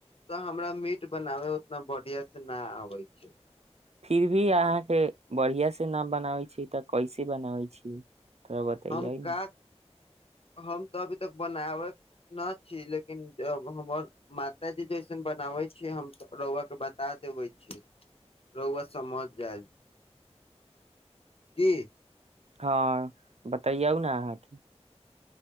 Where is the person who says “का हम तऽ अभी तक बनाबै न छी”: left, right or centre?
Left